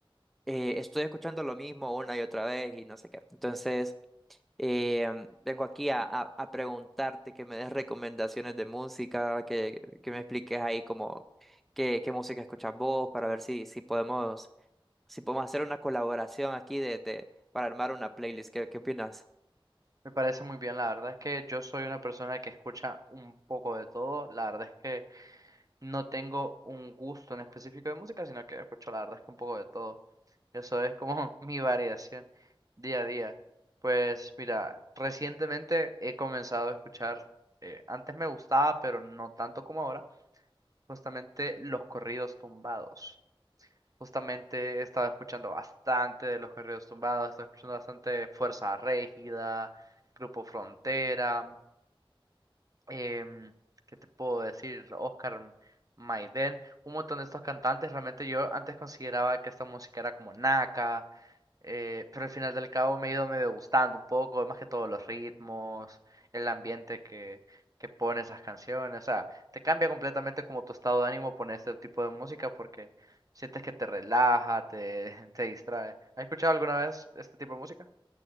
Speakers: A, in the centre; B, on the right.
A: eh, estoy escuchando lo mismo una y otra vez y no sé qué. Entonces, em, vengo aquí a, a- a preguntarte que me des recomendaciones de música, que, que me expliques ahí como qué, qué música escuchas vos para ver si, si podemos si podemos hacer una colaboración aquí de, de- para armar una playlist. ¿Qué, qué opinas?
B: Me parece muy bien, la verdad es que yo soy una persona que escucha un poco de todo, la verdad es que no tengo un gusto en específico de música, sino que escucho la verdad es que un poco de todo. Eso es como <laughs> mi variación día a día. Pues mira, recientemente he comenzado a escuchar, eh, antes me gustaba, pero no tanto como ahora, justamente los corridos tumbados. Justamente he estado escuchando bastante de los Guerreros Tumbados, he estado escuchando bastante Fuerza Régida, Grupo Frontera em, ¿qué te puedo decir? Oscar Maiden, un montón de estos cantantes. Realmente yo antes consideraba que esta música era como naca, eh, pero al final del cabo me ha ido medio gustando un poco, más que todo los ritmos, el ambiente que, que pone esas canciones. O sea, te cambia completamente como tu estado de ánimo poner este tipo de música porque sientes que te relaja, te, <laughs> te distrae. ¿Has escuchado alguna vez este tipo de música?